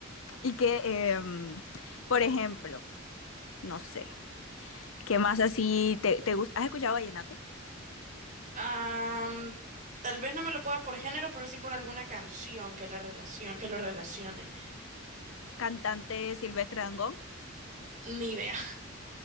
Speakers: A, on the left (about 75°); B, on the right (about 40°).
A: Y que, em, por ejemplo, no sé, ¿Qué más así te, te gusta? ¿Has escuchado Vallenato?
B: Am, tal vez no me lo pueda por género, pero sí por alguna canción que la relacion- que lo relacione.
A: Cantante Silvestre Dangond.
B: Ni idea.